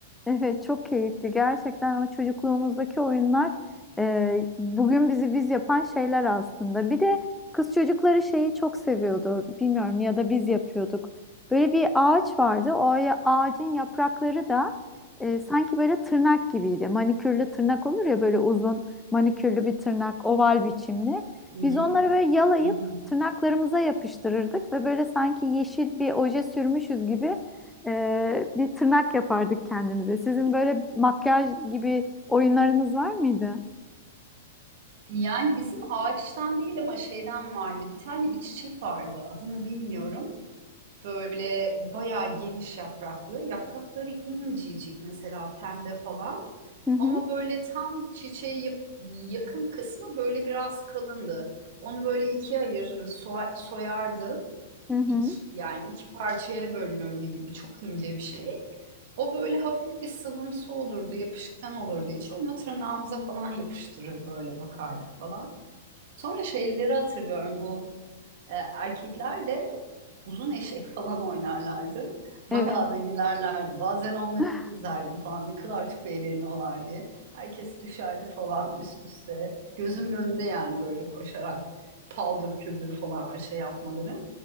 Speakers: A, in the centre; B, on the right.
A: Evet çok keyifli. Gerçekten o çocukluğumuzdaki oyunlar e, bugün bizi biz yapan şeyler aslında. Bir de kız çocukları şeyi çok seviyordu. Bilmiyorum ya da biz yapıyorduk. Böyle bir ağaç vardı. O ya- ağacın yaprakları da e, sanki böyle tırnak gibiydi. Manikürlü tırnak olur ya böyle uzun manikürlü bir tırnak, oval biçimli.
B: Hı hı,
A: Biz onları böyle yalayıp
B: hı hı.
A: tırnaklarımıza yapıştırırdık ve böyle sanki yeşil bir oje sürmüşüz gibi e, bir tırnak yapardık kendimize. Sizin böyle makyaj gibi oyunlarınız var mıydı?
B: Yani bizim ağaçtan değil ama şeyden vardı. Bir tane bir çiçek vardı. Adını bilmiyorum. Böyle bayağı geniş yapraklı. Yaprakları incecik mesela pembe falan.
A: Hı hı,
B: Ama böyle tam çiçeği yap- yakın kısmı böyle biraz kalındı. Onu böyle ikiye ayırır, soa- soyardın.
A: hı hı.
B: İki, yani iki parçaya bölünürdü gibi çok ince bir şey. O böyle hafif bir sıvımsı olurdu, yapışkan olurdu içi. Onu tırnağımıza falan yapıştırır böyle bakardık falan. Sonra şeyleri hatırlıyorum bu e, erkekler de uzun eşek falan oynarlardı.
A: Evet,
B: Bayağı da gülerlerdi. Bazen onları
A: <laughs>
B: izlerdim falan ne kadar çok eğleniyorlar diye. Herkes düşerdi falan üst üste. Gözümün önünde yani böyle koşarak paldır küldür falan şey yapmaları.